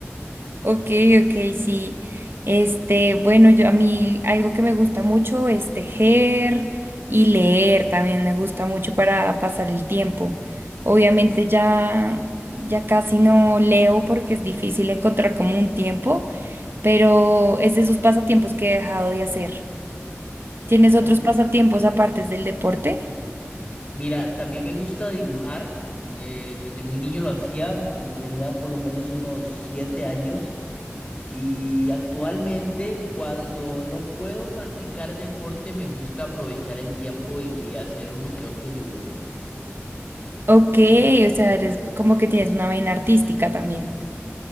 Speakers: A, on the right; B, on the left.
A: Ok, ok, sí. Este, bueno, yo a mí algo que me gusta mucho es tejer y leer, también me gusta mucho para pasar el tiempo. Obviamente ya ya casi no leo porque es difícil encontrar como un tiempo, pero es de esos pasatiempos que he dejado de hacer. ¿Tienes otros
B: Ok.
A: pasatiempos aparte del deporte?
B: Mira, también me gusta dibujar. eh, desde muy niño lo hacía, cuando tenía por lo menos unos siete años. Y actualmente, cuando no puedo practicar deporte, me gusta aprovechar el tiempo y y hacer uno que otro dibujo.
A: Ok, o sea, eres como que tienes una vaina artística también.